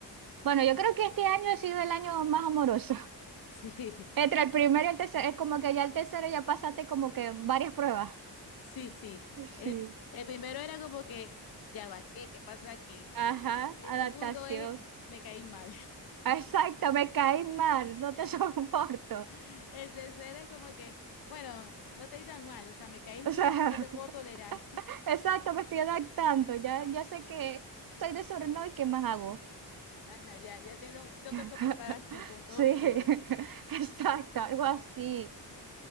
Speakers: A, on the right (about 55°); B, on the left (about 55°).
A: Bueno, yo creo que este año ha sido el año más amoroso.
B: Sí,
A: Entre
B: <laughs>
A: el primero y el tercero, es como que ya el tercero ya pasaste como que varias pruebas.
B: sí, sí.
A: Sí.
B: El, el primero era como que, ya va, ¿qué? ¿Qué pasa aquí?
A: Ajá,
B: El
A: adaptación.
B: segundo es, me caí mal.
A: Exacto, me caí mal, no te <laughs> soporto.
B: <laughs> El tercero es como que, bueno, no te di tan mal, o sea, me caís
A: O
B: mal,
A: sea,
B: pero te puedo tolerar. <laughs>
A: <laughs> exacto, me estoy adaptando. Ya, ya sé que soy desordenado y qué más hago.
B: Ajá, ya, ya tengo, te tengo
A: <laughs>
B: que soportar así, con todo
A: Sí,
B: y todo.
A: <laughs> exacto, algo así.